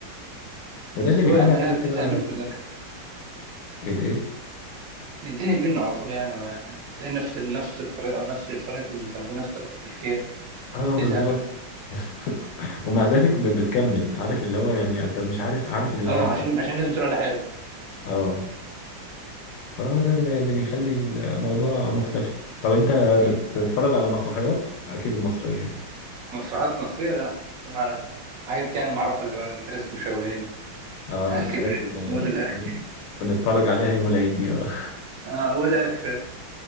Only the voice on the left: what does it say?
وده
اللي بيخلي
على
فكرة
الايه
اه بالظبط
<laughs> ومع ذلك ب- بتكمل عارف اللي هو يعني انت مش عارف عارف اللي
هيحصل
اه فده اللي اللي بيخلي الموضوع مختلف طب انت
بتتفرج على مسرحيات اكيد المصرية يعني
اه
الحاجات
اللي
<laughs> بنتفرج عليها يوم العيد دي اه